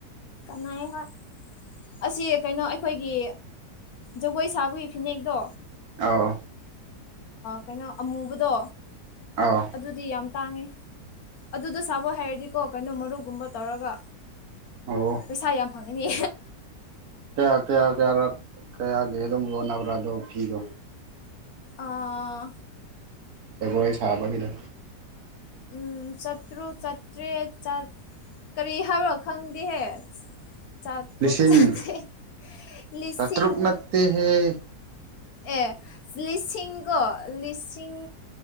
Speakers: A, on the left; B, on the right.
A: ꯀꯥꯏ ꯍ ꯑꯁꯤ ꯀꯩꯅꯣ ꯑꯩꯈꯣꯏꯒꯤ ꯖꯒꯣꯏ ꯁꯥꯕꯒꯤ ꯐꯤꯅꯦꯛꯇꯣ
B: ꯑ
A: ꯀꯩꯅꯣ ꯑꯃꯨꯕꯗꯣ
B: ꯑꯧ
A: ꯑꯗꯨꯗꯤ ꯌꯥꯝ ꯇꯥꯡꯉꯦ ꯑꯗꯨꯗꯣ ꯁꯥꯕ ꯍꯥꯏꯔꯗꯤꯀꯣ ꯀꯩꯅꯣ ꯃꯔꯨꯒꯨꯝꯕ ꯇꯧꯔꯒ
B: ꯑꯣ
A: ꯄꯩꯁꯥ ꯌꯥꯝ ꯐꯪꯉ ꯑꯅꯤ
B: ꯀꯌꯥ ꯀꯌꯥ ꯀꯌꯥ ꯀꯌꯥꯒꯦꯗ ꯃ ꯅꯕꯔꯥꯗꯣ ꯑꯣꯤꯗꯣ
A: ꯑꯥ
B: ꯖꯒꯣꯏ ꯁꯥꯕꯒꯤꯗ
A: ꯎꯝ ꯆꯠꯇ꯭ꯔꯨ ꯆꯠꯇ꯭꯭ꯔꯦ ꯆꯠ ꯀꯔꯤ ꯍꯥꯏꯕ ꯈꯪꯗꯦꯍꯦ ꯆꯥꯇ꯭ꯔꯨꯛ
B: ꯂꯤꯁꯤꯡ
A: ꯆꯇ ꯂꯤꯁꯤꯡ
B: ꯆꯥꯇ꯭ꯔꯨꯛ ꯅꯠꯇꯦꯍꯦ
A: ꯑꯦ ꯂꯤꯁꯤꯡꯒꯣ ꯂꯤꯁꯤꯡ